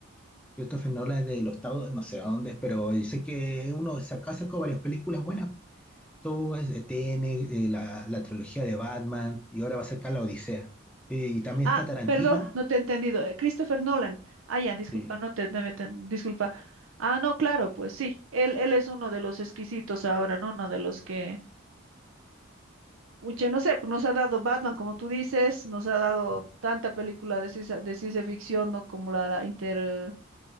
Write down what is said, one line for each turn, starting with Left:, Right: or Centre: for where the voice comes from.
Centre: Christopher Nolan es de los Estados, no sé a dónde, es, pero dice que uno saca sacó varias películas buenas. Todo es eh, T N eh, la, la trilogía de Batman, y ahora va a sacar La Odisea. Eh, y también
Right: Ah,
Centre: está Tarantino.
Right: perdón, no te he entendido. eh, Christopher Nolan. Ah, ya, disculpa,
Centre: Sí,
Right: no te, no había ten- disculpa. Ah, no, claro, pues sí. Él, él es uno de los exquisitos ahora, ¿no? Uno de los que, mucha, no sé, pues nos ha dado Batman, como tú dices, nos ha dado
Centre: mm,
Right: tanta película de ciencia, de ciencia ficción, ¿no? Como la, la Inter,